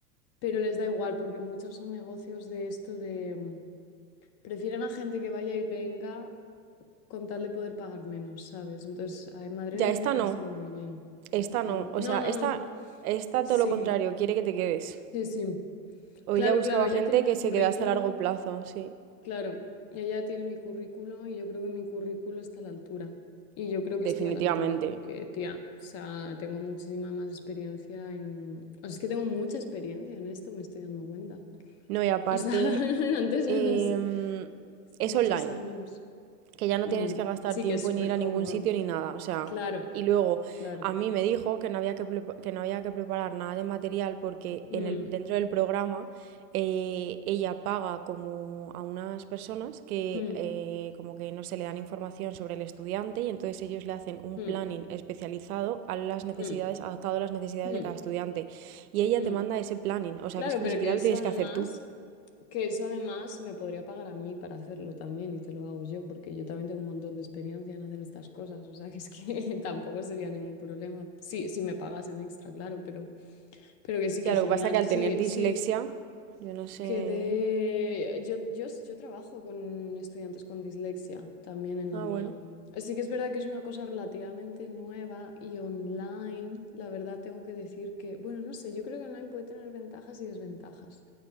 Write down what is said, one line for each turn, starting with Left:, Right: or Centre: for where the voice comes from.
Left: pero les da igual porque muchos son negocios de esto de mm, prefieren a gente que vaya y venga con tal de poder pagar menos, ¿sabes? Entonces, a- en Madrid
Right: Ya,
Left: hay
Right: esta
Left: que mirárselo
Right: no,
Left: muy bien.
Right: esta
Left: Mm, mm.
Right: no, o
Left: No,
Right: sea,
Left: no,
Right: esta,
Left: no.
Right: esta
Left: Sí,
Right: todo lo contrario, quiere que te quedes.
Left: sí, sí.
Right: Hoy
Left: Claro,
Right: ya buscaba
Left: claro, ya
Right: gente
Left: tiene mi
Right: que
Left: currículum
Right: se quedase a largo plazo, sí,
Left: Claro, ella tiene mi currículo y yo creo que mi currículo está a la altura. Y yo creo que
Right: definitivamente.
Left: estoy a la altura porque, tía, o sea, tengo muchísima más experiencia en... O sea, es que tengo mucha experiencia en esto, me estoy dando cuenta.
Right: No, y aparte
Left: O sea, <laughs> antes
Right: em,
Left: no es-
Right: es
Left: muchos
Right: online,
Left: años.
Right: que ya no
Left: Mm,
Right: tienes que gastar
Left: sí
Right: tiempo
Left: que es súper
Right: en ir a
Left: cómodo.
Right: ningún sitio ni nada. O sea,
Left: Claro,
Right: y luego
Left: claro.
Right: a mí me dijo que no había que, prepa- que no había que preparar nada de material porque
Left: Mm,
Right: en el, dentro del programa eh, ella paga como a unas personas que
Left: mm,
Right: eh, como que no se le dan información sobre el estudiante y entonces ellos le hacen un
Left: mm,
Right: planning especializado a las necesidades,
Left: mm,
Right: adaptado a las necesidades
Left: mm,
Right: de cada estudiante. Y ella
Left: mm.
Right: te manda ese planning, o sea
Left: Claro,
Right: que es que ni
Left: pero
Right: siquiera
Left: que eso
Right: lo tienes
Left: además...
Right: que hacer tú.
Left: Que eso además me podría pagar a mí para hacerlo también y te lo hago yo, porque yo también tengo un montón de experiencia en hacer estas cosas, o sea que es que <laughs> tampoco sería ningún problema. Sí, si me pagasen extra, claro, pero, pero que sí,
Right: Ya,
Left: que
Right: lo
Left: genial.
Right: que pasa es que al
Left: que
Right: tener
Left: Sí,
Right: dislexia,
Left: sí,
Right: yo no sé.
Left: que de... Yo, yo, yo trabajo con estudiantes con dislexia también en
Right: Ah,
Left: la mía.
Right: bueno.
Left: Sí que es verdad que es una cosa relativamente nueva y online, la verdad tengo que decir que, bueno, no sé, yo creo que online puede tener ventajas y desventajas.